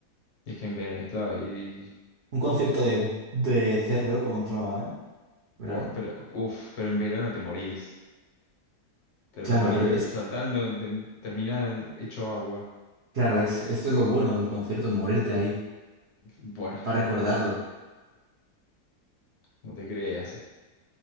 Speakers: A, on the left (about 70°); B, on the right (about 60°).
A: Es que en verano, claro, y,
B: Un concierto de, de CRO como entraba, ¿eh? Verano.
A: buah, pero, uff pero en verano te morís. Pero
B: Claro,
A: te morís
B: pero es,
A: saltando, te, terminás hecho agua.
B: claro, es, esto es lo bueno de los conciertos, morirte ahí,
A: Bueno,
B: para recordarlo.
A: no te creas, eh.